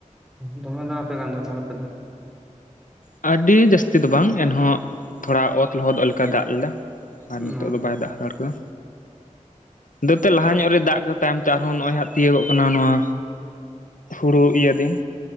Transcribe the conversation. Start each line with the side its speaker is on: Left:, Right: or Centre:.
Centre: ᱫᱚᱢᱮ ᱫᱟᱜ ᱟᱯᱮ ᱠᱟᱱ ᱫᱚᱭ ᱟᱯᱮ ᱫᱚ
Left: ᱟᱹᱰᱤ ᱡᱟᱹᱥᱛᱤ ᱫᱚ ᱵᱟᱝ ᱮᱱᱦᱚᱸ ᱛᱷᱚᱲᱟ ᱚᱛ ᱞᱚᱦᱚᱫᱚᱜ ᱞᱮᱠᱟᱟᱭ ᱫᱟᱜ ᱞᱮᱫᱟ <inaudible> ᱟᱨ
Centre: ᱦᱮᱸ
Left: ᱱᱤᱛᱳᱜ ᱫᱚ ᱵᱟᱭ ᱫᱟᱜ ᱦᱟᱛᱟᱲ ᱠᱟᱫᱟ ᱟᱫᱚᱛᱚ ᱞᱟᱦᱟ ᱧᱚᱜ ᱨᱮ ᱫᱟᱜ ᱛᱟᱭᱚᱢ ᱛᱮ ᱟᱨᱦᱚᱸ ᱱᱚᱜᱼᱚᱭ ᱦᱟᱜ ᱛᱤᱭᱳᱜᱚᱜ ᱠᱟᱱᱟ ᱱᱚᱣᱟ ᱦᱩᱲᱩ ᱤᱭᱟᱹ ᱫᱤᱱ